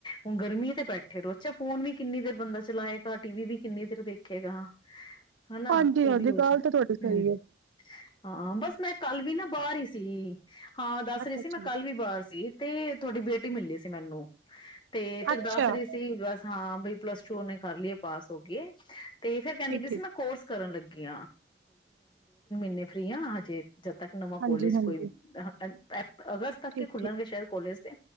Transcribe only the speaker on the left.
ਹੁਣ ਗਰਮੀ ਤੇ ਬੈਠੇ ਰਹੋ ਅੱਛਾ ਫੋਨ ਵੀ ਕਿੰਨੀ ਦੇਰ ਬੰਦਾ ਚਲਾਏਗਾ ਟੀ ਵੀ ਵੀ ਕਿੰਨੀ ਦੇਰ ਦੇਖੇਗਾ। ਹਨਾ
ਉਹ
ਵੀ ਹੋ
ਜਾ
ਹਮ
ਹਾਂ ਬਸ ਮੈਂ ਕੱਲ ਵੀ ਨਾ ਬਾਹਰ ਹੀ ਸੀ ਹਾਂ ਦੱਸ
ਰਹੀ ਸੀ ਮੈਂ ਕੱਲ ਵੀ ਬਾਹਰ ਸੀ ਤੇ। ਤੁਹਾਡੀ ਬੇਟੀ ਮਿਲੀ ਸੀ ਮੈਨੂੰ। ਤੇ ਫਿਰ
ਦੱਸ ਰਹੀ ਸੀ ਬਸ ਹਾਂ। ਬੀ ਪਲੱਸ ਟੂ ਉਸ ਨੇ ਕਰ ਲਈ ਹੈ ਪਾਸ ਹੋ ਗਈ ਹੈ। ਤੇ ਫੇਰ ਕਹਿੰਦੀ
ਵੀ ਸੀ ਮੈਂ ਕੋਰਸ ਕਰਨ ਲੱਗੀ। <unintelligible> ਫਰੀ ਹਾਂ ਹਜੇ। <unintelligible>
ਪੈ ਅਗਸਤ ਤੱਕ
ਹੀ ਖੁੱਲਣਗੇ ਸ਼ਾਇਦ ਕੋਲਜ ਦੇ